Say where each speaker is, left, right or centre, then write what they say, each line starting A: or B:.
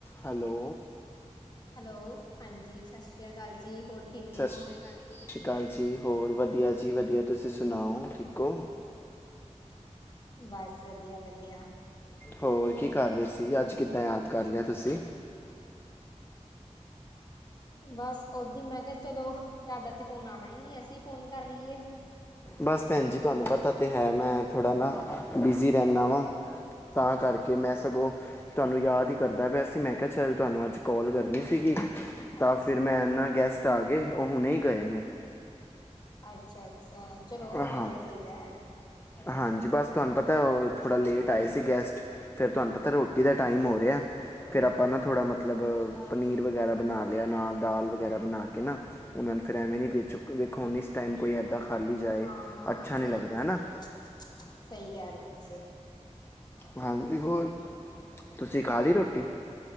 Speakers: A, on the left; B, on the left.
A: Hello
B: hello ਹਾਂਜੀ ਸਤਿ ਸ੍ਰੀ ਅਕਾਲ ਜੀ ਹੋਰ ਕਿਵੇਂ
A: ਸਤਿ
B: ਹੋ
A: ਸਤਿ ਸ਼੍ਰੀ ਅਕਾਲ ਜੀ ਹੋਰ ਵਧੀਆ ਜੀ ਵਧੀਆ ਤੁਸੀਂ ਸੁਣਾਓ ਠੀਕ ਹੋ
B: ਬਸ ਵਧੀਆ ਵਧੀਆ
A: ਹੋਰ ਕੀ ਕਰ ਰਹੇ ਸੀ ਅੱਜ ਕਿੱਦਾਂ ਯਾਦ ਕਰ ਲਿਆ ਤੁਸੀਂ
B: ਬਸ ਓਦੀ ਮੈਂ ਕਿਹਾ ਚਲੋ ਤੁਹਾਡਾ ਤੇ ਫੋਨ ਆਉਣਾ ਹੀ ਨਹੀ ਅਸੀਂ ਫੋਨ ਕਰ ਲਈਏ
A: ਬਸ ਭੈਣ ਜੀ ਤੁਹਾਨੂੰ ਪਤਾ ਤਾਂ ਹੈ ਮੈਂ ਥੋੜ੍ਹਾ ਨਾ ਬਿਜ਼ੀ ਰਹਿੰਦਾ ਵਾਂ ਤਾਂ ਕਰਕੇ ਮੈਂ ਸਗੋਂ ਤੁਹਾਨੂੰ ਯਾਦ ਹੀ ਕਰਦਾ ਪਿਆ ਸੀ ਮੈਂ ਕਿਹਾ ਚੱਲ ਤੁਹਾਨੂੰ ਅੱਜ ਕਾਲ ਕਰਨੀ ਸੀਗੀ ਤਾਂ
B: ਅੱਛਾ
A: ਫਿਰ ਮੈਂ
B: ਜੀ,
A: ਨਾ ਗੈਸਟ ਆ ਗਏ ਉਹ ਹੁਣੇ ਈ ਗਏ ਨੇ।
B: ਅੱਛਾ-ਅੱਛਾ ਚਲੋ
A: ਹਾਂ
B: ਵਧੀਆ ਚੀਜ਼ ਐ।
A: ਹਾਂਜੀ ਬਸ ਤੁਹਾਨੂੰ ਪਤਾ ਉਹ ਥੋੜ੍ਹਾ ਲੇਟ ਆਏ ਸੀ ਗੈਸਟ। ਫਿਰ ਤੁਹਾਨੂੰ ਪਤਾ ਰੋਟੀ ਦਾ ਟਾਈਮ ਹੋ ਰਿਹਾ। ਫਿਰ ਆਪਾਂ ਨਾ ਥੋੜ੍ਹਾ ਮਤਲਬ ਪਨੀਰ ਵਗੈਰਾ ਬਣਾ ਲਿਆ ਨਾ ਦਾਲ ਵਗੈਰਾ ਬਣਾ ਕੇ ਨਾ ਉਹਨਾਂ ਨੂੰ ਫਿਰ ਐਵੇਂ ਨਹੀਂ ਵੇ ਚੁੱਕ ਵੇਖੋ ਹੁਣ ਇਸ ਟਾਈਮ ਕੋਈ ਇੱਦਾਂ ਖਾਲੀ ਜਾਏ
B: ਹਾਂ ਹਾਂ,
A: ਅੱਛਾ ਨਹੀਂ
B: ਸਹੀ
A: ਲੱਗਦਾ
B: ਤੇ
A: ਹੈ ਨਾ
B: ਸਹੀ, ਸਹੀ ਕਹਿ ਰਹੇ ਹੋ ਤੁਸੀਂ
A: ਹਾਂਜੀ ਹੋਰ ਤੁਸੀਂ ਖਾ ਲਈ ਰੋਟੀ